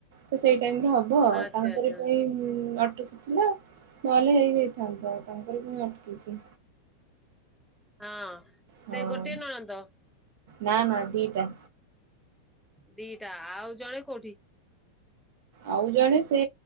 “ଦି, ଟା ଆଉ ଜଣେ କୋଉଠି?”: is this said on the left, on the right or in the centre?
Centre